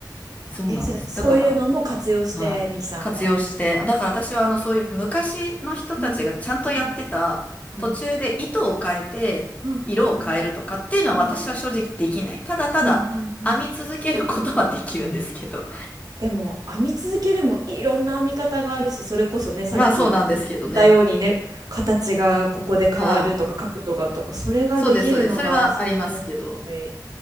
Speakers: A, on the left; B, on the right.
A: そうなんです。
B: え、じゃあそういうのも活用して、
A: だから、はい。
B: ミキさんは。
A: 活用して、だから私はあのそういう昔の人たちがちゃんとやってた途中で糸を変えて色を変えるとかっていうのは私は正直できない。
B: うんうんうんうんうんうん
A: ただただ編み続けることはできるんですけど。
B: うんうんうん。でも編み続けるもいろんな編み方があるしそれこそねさっき言
A: まあそうなんですけどね。
B: ったようにね形がここで変わるとか角度がとかそれができるのがすごい。
A: はい。そうです、そうです。それはありますけど。